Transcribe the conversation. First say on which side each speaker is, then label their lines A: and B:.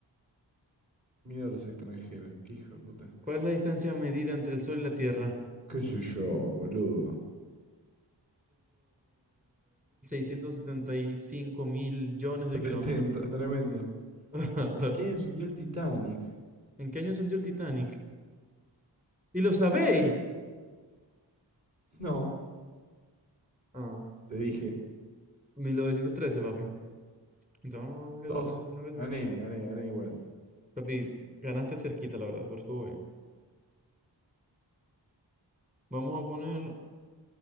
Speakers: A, on the right; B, on the right.
A: Miedo a los extranjeros. Qué hijo de puta.
B: ¿Cuál es la distancia medida entre el Sol y la Tierra?
A: ¿Qué sé yo, boludo?
B: 149.675 millones
A: Tretenta,
B: de kilómetros.
A: tremendo.
B: <laughs>
A: ¿En qué año se hundió el Titanic?
B: ¿En qué año se hundió el Titanic? ¿Y lo sabéis?
A: No,
B: Ah,
A: te dije.
B: 1913, papi. Entonces, no,
A: 12.
B: que tengo que me la ves,
A: Gané,
B: no, no.
A: gané, gané igual.
B: Papi, ganaste cerquita, la verdad, pero estuvo bien. Vamos a poner